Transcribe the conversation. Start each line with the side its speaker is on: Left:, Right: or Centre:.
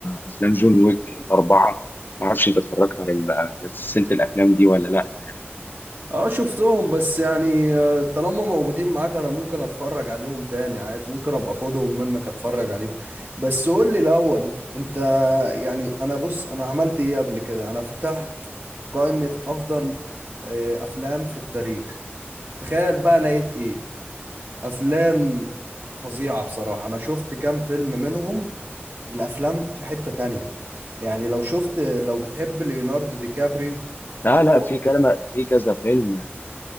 Left: افلام جون ويك الاربعه ما اعرفش انت اتفرجت على ال- على سلسله الافلام دي ولا لا
Right: اه شفتهم بس يعني آه، طالما موجودين معاك انا ممكن اتفرج عليهم تاني عادي ممكن ابقى اخدهم منك اتفرج عليهم بس قول لي الاول انت يعني انا بص انا عملت ايه قبل كده انا فتحت قائمة افضل آه، افلام في التاريخ تخيل بقى لقيت ايه افلام فظيعة بصراحة انا شفت كام فيلم منهم الافلام في حتة تانية يعني لو شفت لو بتحب ليوناردو دي كابريو
Left: لا لا
Right: هو
Left: في كلام في كذا فيلم